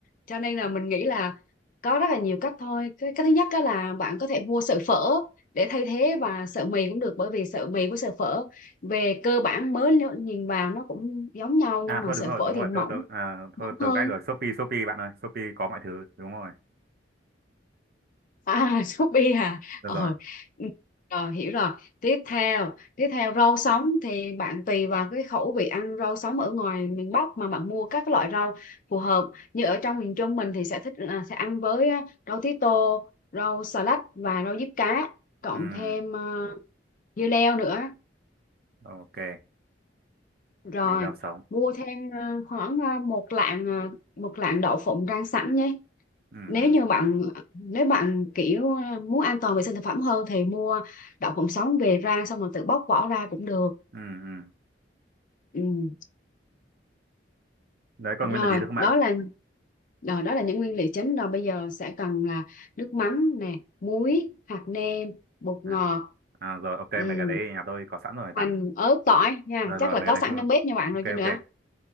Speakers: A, on the left; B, on the right.
A: Cho nên là mình nghĩ là có rất là nhiều cách thôi. Cái, cái thứ nhất đó là bạn có thể mua sợi phở để thay thế và sợi mì cũng được bởi vì sợi mì với sợi phở về cơ bản mới nếu nhìn vào nó cũng giống nhau
B: À
A: nhưng mà
B: thôi
A: sợi
B: đúng rồi,
A: phở
B: đúng
A: thì
B: rồi,
A: mỏng
B: tôi tôi à, thôi
A: mỏng
B: tôi
A: hơn
B: cách rồi, Shopee Shopee bạn ơi, Shopee có mọi thứ, đúng rồi.
A: À, <laughs> Shopee à.
B: Được
A: Ờ.
B: rồi.
A: ừ, Rồi hiểu rồi. Tiếp theo, tiếp theo rau sống thì bạn tùy vào cái khẩu vị ăn rau sống ở ngoài miền Bắc mà bạn mua các loại rau phù hợp. Như ở trong miền Trung mình thì sẽ thích là sẽ ăn với à, rau tía tô, rau xà lách và rau diếp cá, cộng
B: Ừ,
A: thêm à, dưa leo nữa.
B: ok,
A: Rồi,
B: mày rau sống.
A: mua thêm à, khoảng à, một lạng à, một lạng đậu phộng rang sẵn nhé.
B: Ừ
A: nếu
B: ừ
A: như bạn nếu bạn kiểu ờ, muốn an toàn vệ sinh thực phẩm hơn thì mua đậu phộng sống về rang xong rồi tự bóc vỏ ra cũng được
B: ừ ừ.
A: ừ.
B: Đấy còn
A: rồi
B: nguyên là gì nữa không
A: đó
B: bạn?
A: là rồi đó là những nguyên liệu chính rồi bây giờ sẽ cần là nước mắm nè muối hạt nêm bột
B: Đó.
A: ngọt
B: À, rồi ok
A: ừ.
B: mấy cái đấy nhà tôi có sẵn rồi bạn
A: hành
B: ạ.
A: ớt tỏi nha
B: rồi rồi
A: chắc là
B: mày cái
A: có
B: đấy
A: sẵn
B: không lo.
A: trong bếp nha bạn
B: ok
A: rồi chứ
B: ok
A: nữa